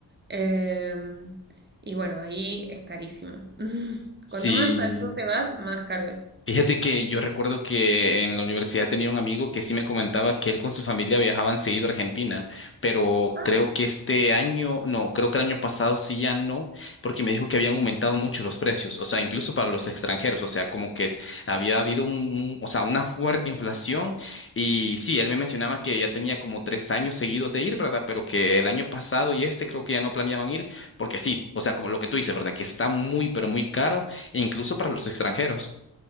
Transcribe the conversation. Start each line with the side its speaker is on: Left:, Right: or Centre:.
Right: Em, y bueno, ahí es carísimo. <laughs> Cuanto
Left: Sí.
Right: más al sur te vas, más caro es.
Left: Fíjate que yo recuerdo que en la universidad tenía un amigo que sí me comentaba que él con su familia viajaban seguido a Argentina, pero
Right: Ah,
Left: creo que este año, no, creo que el año pasado sí ya no, porque me dijo que habían aumentado mucho los precios, o sea, incluso para los extranjeros, o sea, como que había habido un, un- o sea, una fuerte inflación y sí, él me mencionaba que ya tenía como tres años seguidos de ir, ¿verdad? Pero que el año pasado y este creo que ya no planeaban ir, porque sí, o sea, como lo que tú dices, ¿verdad? Que está muy, pero muy caro, incluso para los extranjeros.